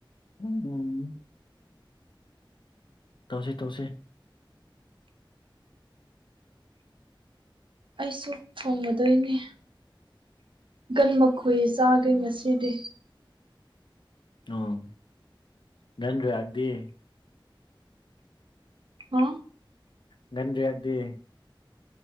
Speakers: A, on the left (about 65°); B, on the right (about 70°).
A: ꯎꯝ ꯎꯝ ꯇꯧꯁꯤ ꯇꯧꯁꯤ
B: ꯑꯩꯁꯨ ꯊꯣꯡꯉꯗꯣꯏꯅꯤ ꯒꯟ ꯃꯈꯨꯏ ꯆꯥꯒꯦ ꯉꯁꯤꯗꯤ
A: ꯑꫭ ꯅꯪꯔꯥꯗꯦ
B: ꯍꯥ
A: ꯉꯟꯔꯤꯌꯥꯗꯦ